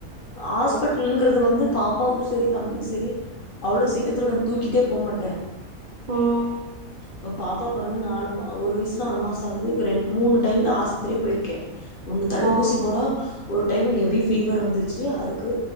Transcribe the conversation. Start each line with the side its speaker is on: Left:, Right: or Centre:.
Left: ஹாஸ்பிட்டலுங்ரது
Right: ஓ
Left: வந்து பா பாபாவு செரி தம்பியு செரி அவ்வளோ சிக்கிரத்துல நா தூக்கிட்ட போமாட்ட ட
Right: உம்
Left: இப்ப பாப்பா பொறந்து நாலு மா ஒரு வயசு நாலு மாச ஆகுது ரெண்டு மூணு டைம் தா ஆஸ்பத்திரியே போயிருக் கே ஒண்ணு தடுப்பூசி
Right: ம்
Left: போட ஒரு டைம் ஹெவி ஃபீவர் வந்துச்சு அதுக்கு